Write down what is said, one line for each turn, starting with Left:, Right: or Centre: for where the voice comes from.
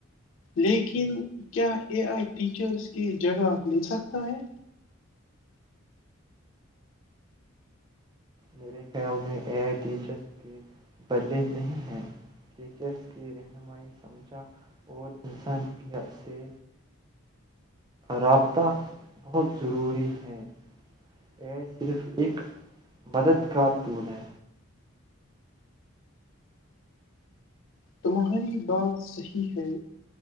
Left: لیکن کیا اے آئی ٹیچرز کی جگہ مل سکتا ہے
Right: میرے خیال میں اے آئی ٹیچرس کے بدلے نہیں ہیں ٹیچرس کی رہنمائی سمجھا اور انسان سے رابطہ بہت ضروری ہے یہ صرف ایک مددگار ٹول ہے
Left: تمہاری بات صحیح ہے